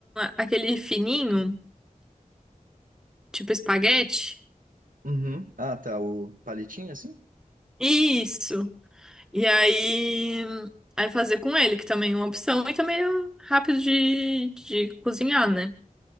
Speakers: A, in the centre; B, on the right (about 75°).
A: aquele fininho, tipo espaguete.
B: Uhum. Ah, tá, o palitinho assim?
A: Isso. E aí, aí fazer com ele, que também é uma opção, e também é rápido de, de cozinhar, né?